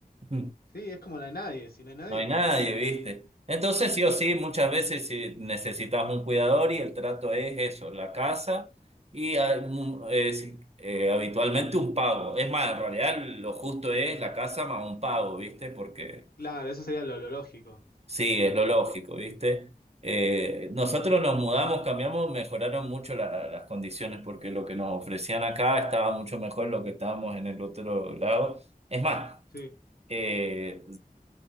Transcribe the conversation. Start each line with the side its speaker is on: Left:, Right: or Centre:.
Right: <laughs>
Left: Sí, es como no hay nadie, si no hay nadie,
Right: No hay nadie,
Left: que-
Right: ¿viste? Entonces, sí o sí, muchas veces si necesitas un cuidador y el trato es eso, la casa y ah, mm, es, eh, habitualmente un pago. Es más, en realidad lo justo es la casa más un pago, ¿viste? Porque
Left: Claro, eso sería lo, lo lógico.
Right: sí, es lo lógico, ¿viste? Eh, nosotros nos mudamos, cambiamos, mejoraron mucho la- las condiciones porque lo que nos ofrecían acá estaba mucho mejor lo que estábamos en el otro lado. Es más,
Left: Sí,
Right: eh,